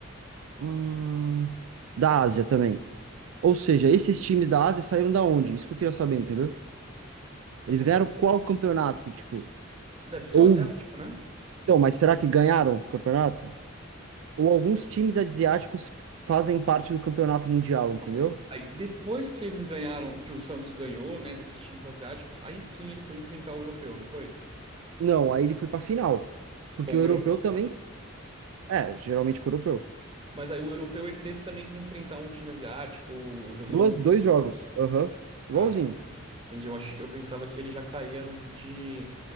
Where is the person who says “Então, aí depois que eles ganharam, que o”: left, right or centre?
Right